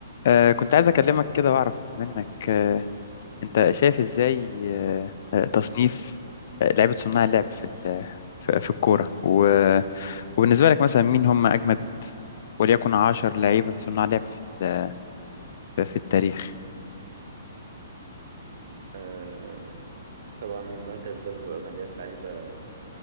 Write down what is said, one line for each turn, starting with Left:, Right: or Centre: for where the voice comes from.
Left: آه، كنت عايز أكلمك كده وأعرف منك آه، أنت شايف إزاي آه، آه، تصنيف آه، لعيبة صناع اللعب في ال- في في الكورة و- وبالنسبة لك مثلا مين هم أجمد وليكن عشر لعيبة صناع لعب في ال- في التاريخ
Right: آه، طبعا المركز ده بيبقى مليان لعيبة